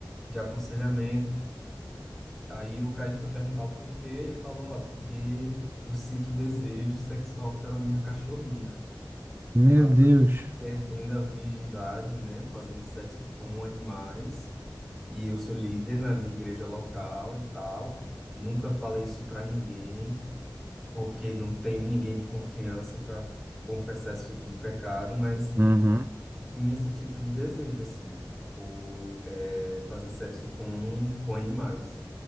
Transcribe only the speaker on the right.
Meu
Deus.
Uhum.